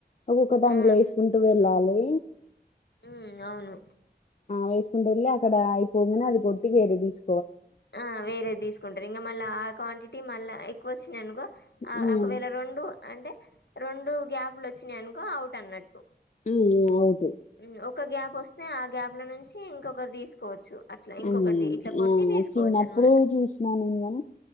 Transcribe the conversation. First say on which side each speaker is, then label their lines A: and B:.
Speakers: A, on the left; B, on the left.
A: ఒక్కొక్కటి అందులో
B: ఆ
A: వేసుకుంటూ వెళ్ళాలి
B: ఉ అవును
A: వేసుకుంట వెళ్లి అక్కడ అయిపోనే అది కొట్టి వేరే తీసు
B: ఆ వేరే తీసుకుంటారు ఇంకా మళ్ళా ఆ క్వాంటిటీ మళ్ళీ ఎక్కువ వచ్చింది అనుకో ఆ
A: ఉమ్,
B: ఒకవేళ రెండు అంటే రొండు గ్యాప్లు వచ్చినాయనుకో అవుట్ అన్నట్టు.
A: ఉ అవు
B: ఉం ఒక గ్యాప్ ఒస్ తే ఆ గ్యాప్ లో నుంచి ఇంకొకరు తీసుకోవచ్చు. అట్లా ఇంకొకరిది
A: అదే
B: ఇట్లా కొట్టి
A: అ
B: తీసుకోవచ్చు
A: ఆ చిన్నప్పుడు
B: అనమాట
A: చూసినా నేను కాని